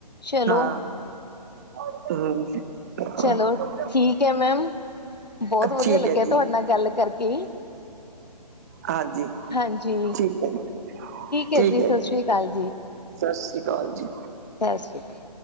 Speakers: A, on the left; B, on the right.
A: ਚਲੋ
B: ਹਾਂ। ਹਾਂਜੀ <unintelligible>
A: ਚਲੋ ਠੀਕ ਐ ਮੈਮ, ਬਹੁਤ ਵਧੀਆ
B: ਠੀਕ
A: ਲੱਗਿਆ
B: ਹੈ ਜੀ
A: ਤੁਹਾਡੇ ਨਾਲ ਗੱਲ ਕਰਕੇ ਈ।
B: ਹਾਂਜੀ,
A: ਹਾਂਜੀ,
B: ਠੀਕ ਐ ਜੀ।
A: ਹੈ
B: ਠੀਕ
A: ਜੀ
B: ਐ।
A: ਸਤਿ ਸ੍ਰੀ ਅਕਾਲ
B: ਸਾਸਰੀ ਕਾਲ ਜੀ।
A: ਸਾਸਰੀ ਕਾਲ।